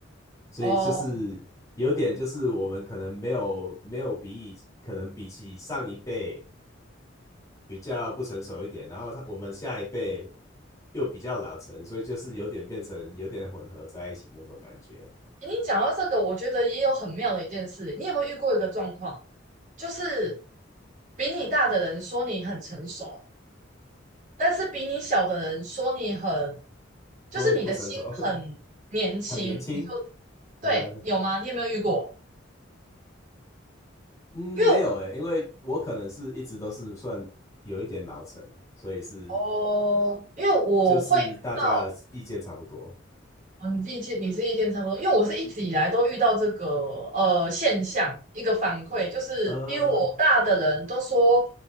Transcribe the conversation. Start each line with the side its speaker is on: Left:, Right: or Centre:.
Left: 所以就是有点就是我们可能没有没有比以可能比起上一辈
Right: 哦。
Left: 比较不成熟一点，然后他我们下一辈又比较老成，所以就是有点变成有点混合在一起那种感觉。
Right: 你讲到这个，我觉得也有很妙的一件事。你有没有遇过一个状况，就是比你大的人说你很成熟，但是比你小的人说你很，就是你的心很年轻。
Left: 说你不成熟，<laughs> 很年轻。
Right: 你说
Left: 呃，
Right: 对，有吗？你有没有遇过？
Left: 嗯，
Right: 因为我
Left: 没有诶，因为我可能是一直都是算有一点老成，所以是
Right: 哦，因为我会遇到。
Left: 就是大家的意见差不多。
Right: 哦，你自己见，你是意见差不多，因为我是一直以来都遇到这个呃现象，一个反馈就是，
Left: 呃，
Right: 比我大的人都说，